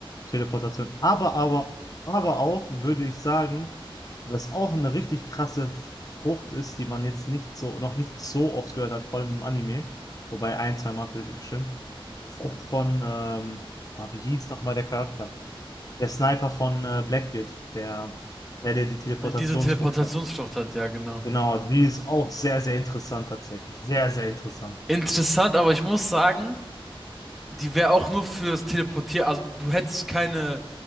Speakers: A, on the left; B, in the centre.
A: Teleportation. Aber, aber, aber auch würde ich sagen, was auch eine richtig krasse Frucht ist, die man jetzt nicht so, noch nicht so oft gehört hat, vor allem im Anime. Wobei ein, zwei Mal vielleicht bestimmt. Die Frucht von, ähm, ah, wie hieß nochmal der Charakter? Der Sniper von äh, Blackbeard, der, der, der die Teleportationsfrucht
B: Und diese Teleportationsfrucht
A: hat.
B: hat, ja, genau.
A: Genau, die ist auch sehr, sehr interessant tatsächlich. Sehr, sehr interessant.
B: Interessant, aber ich muss sagen, die wäre auch nur fürs Teleportieren. Also, du hättest keine.